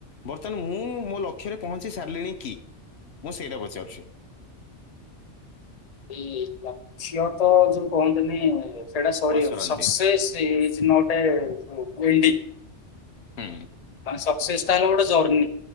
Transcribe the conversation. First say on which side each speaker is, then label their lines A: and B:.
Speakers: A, on the left; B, on the left.
A: ବର୍ତ୍ତମାନ ମୁଁ ମୋ ଲକ୍ଷ୍ୟରେ ପହଞ୍ଚି ସାରିଲିଣି କି ମୁଁ ସେଇଟା ପଚାରୁଛି,
B: ଏ ଲକ୍ଷ୍ୟ ତ ଯୋଉ କୁହନ୍ତିନି, ସେଟାେ ସ
A: ଅସରନ୍ତି
B: ସକସେସ ହେଇଛି ନଟ ଏ ପେଣ୍ଡିଗଙ୍ଗ
A: ହୁଁ।
B: ବାସ୍ ସକ୍ସେସ୍ ହେଲା ଗୋଟେ ଜର୍ନି